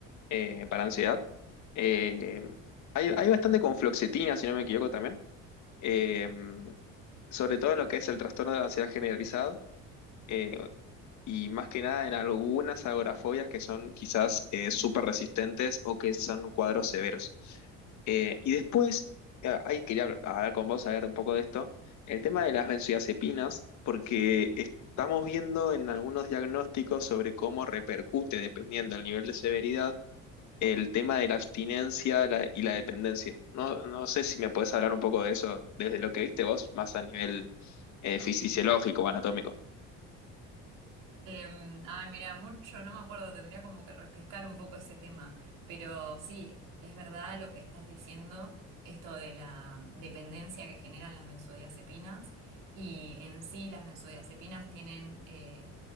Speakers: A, on the left (about 60°); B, on the right (about 75°).
A: eh, para ansiedad. Eh, hay, hay bastante con fluoxetina, si no me equivoco también, eh, sobre todo en lo que es el trastorno de ansiedad generalizado eh, y más que nada en algunas agorafobias que son quizás eh, súper resistentes o que son cuadros severos. Eh, y después, eh, ahí quería habl- hablar con vos, a ver un poco de esto, el tema de las benzodiazepinas, porque estamos viendo en algunos diagnósticos sobre cómo repercute, dependiendo del nivel de severidad, el tema de la abstinencia la- y la dependencia. No, no sé si me podés hablar un poco de eso, desde lo que viste vos, más a nivel eh, fisiológico o anatómico.
B: Em, ay, mira, mucho, no me acuerdo, tendría como que refrescar un poco ese tema, pero sí, es verdad lo que estás diciendo, esto de la dependencia que generan las benzodiazepinas y en sí las benzodiazepinas tienen, eh,